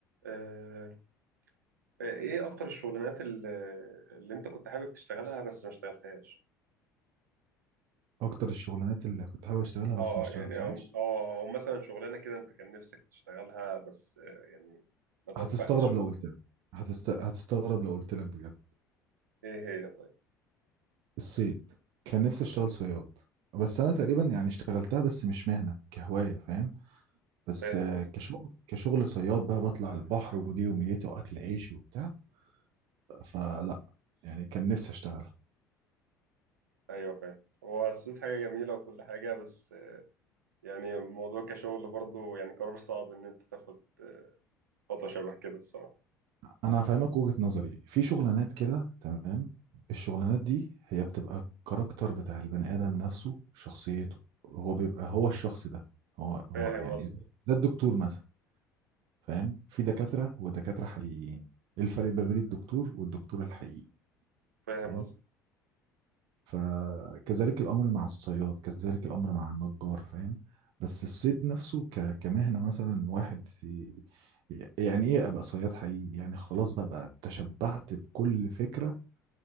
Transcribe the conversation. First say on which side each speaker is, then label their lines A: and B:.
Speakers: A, on the right; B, on the right.
A: آه، آه، ايه اكتر الشغلانات اللي, اللي انت كنت حابب تشتغلها بس ما اشتغلتهاش
B: اكتر الشغلانات اللي كنت حابب اشتغلها بس
A: اه
B: ما اشتغلتهاش
A: يعني او أو- أو مثلا شغلانه كده انت كان نفسك تشتغلها بس آه، يعني ما توفقتش
B: هتستغرب
A: فيها
B: لو قلت لك هتست... هتستغرب لو قلت لك بجد
A: ايه هي طيب
B: الصيد كان نفسي اشتغل صياد بس انا تقريبا يعني اشتغلتها بس مش مهنة كهواية فاهم بس
A: فاهم
B: آه،
A: قصدي
B: كشغل كشغل صياد بقى بطلع البحر ودي يوميتي واكل عيشي وبتاع فلا يعني كان نفسي اشتغل
A: ايوه فاهم هو الصيد حاجه جميله وكل حاجه بس آه، يعني الموضوع كشغل برضه يعني قرار صعب ان انت تاخد خطوه شبه كده الصراحه
B: انا هفهمك وجهة نظري في شغلانات كده تمام الشغلانات دي هي بتبقى الكاركتر بتاع البني ادم نفسه شخصيته هو بيبقى هو الشخص ده هو هو
A: فاهم
B: يعني
A: قصدي
B: زي زي الدكتور مثلا فاهم في دكاترة ودكاترة حقيقيين ايه الفرق ما بين الدكتور والدكتور الحقيقي
A: فاهم
B: فاهم
A: قصدي
B: فكذلك الامر مع الصياد كذلك الامر مع النجار فاهم بس الصيد نفسه ك... كمهنة مثلا واحد ي- يعني ايه ابقى صياد حقيقي يعني خلاص بقى, بقى تشبعت بكل فكرة